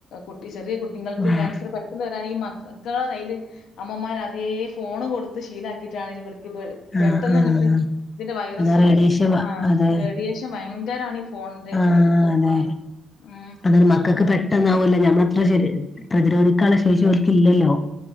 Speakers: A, on the left; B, on the left.
A: കുട്ടി ചെറിയ കു ഞ്ഞുങ്ങൾക്ക്
B: ആഹ്
A: ക്യാൻസർ പെ ട്ടന്ന് വരാൻ ഈ മക്കളെ കയ്യില് അമ്മമാർ അതേ ഫോൺ കൊടുത്ത് ശീലാക്കിട്ടാണ് ഇതിവിടെ
B: ആഹ്
A: പെട്ടെന്ന്
B: ആഹ്
A: ഇങ്ങട്ട് ഇതിന്റെ വൈറസും
B: അത് റേഡിയേഷൻ
A: ആ
B: അത്
A: റേഡിയേഷൻ ഭയങ്കര ആണ് ഈ ഫോണിന്റെ
B: ആഹ് അല്ലേ
A: ആഹ് ഉം
B: അതാണ് മക്കക്ക്
A: അത്
B: പെട്ടന്നാവൂല്ലോ ഞമ്മളത്ര ശ പ്രതിരോധിക്കാനുള്ള ശേഷി ഓൽക്കില്ലല്ലോ